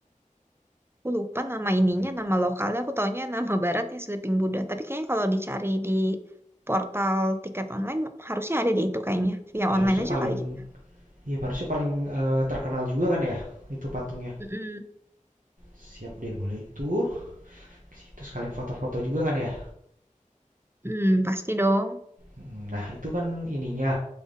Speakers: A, on the right (about 20°); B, on the right (about 85°).
A: Aku lupa nama
B: Lupa
A: ininya,
B: ya.
A: nama lokalnya. Aku taunya nama baratnya Sleeping Buddha. Tapi kayaknya kalau dicari di portal tiket online, harusnya ada di itu kayaknya. Via
B: Ya
A: online
B: harusnya
A: aja
B: paling
A: kali kita.
B: ya harusnya paling eh, terkenal juga kan ya itu patungnya.
A: Mm-mm.
B: Siap deh boleh itu. itu sekalian foto-foto juga kan ya.
A: Hmm, pasti dong.
B: Mm, Nah, itu kan ininya